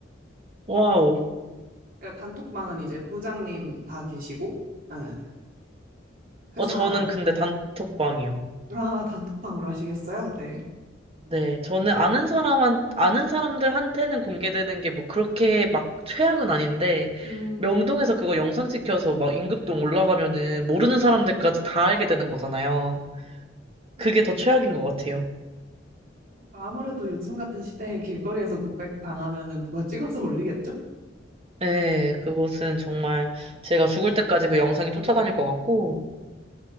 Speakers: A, on the right (about 30°); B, on the right (about 50°).
A: 와우.
B: <laughs> 단톡방은 이제 부장님 다 계시고 예, 회사
A: 어 저는 근데 단톡방이요.
B: 아, 단톡방으로 하시겠어요? 네.
A: 네, 저는 아는 사람한 아는 사람들한테는 공개되는 게 뭐 그렇게 막 최악은 아닌데
B: 음,
A: 명동에서 그거 영상 찍혀서 막 임금동 올라가면은 모르는 사람들까지 다 알게 되는 거잖아요.
B: 그럼
A: 그게 더 최악인 것 같아요.
B: 아무래도 요즘 같은 시대에 길거리에서 고백 당하면은 누가 찍어서 올리겠죠?
A: 네, 그것은 정말 제가 죽을 때까지 그 영상이 쫓아다닐 것 같고.